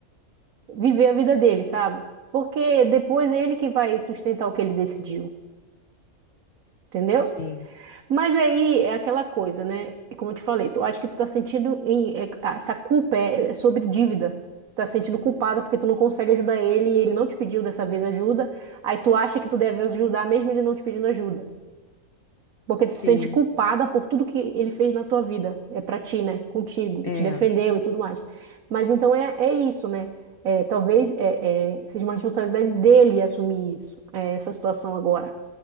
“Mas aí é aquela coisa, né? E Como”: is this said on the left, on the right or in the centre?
Right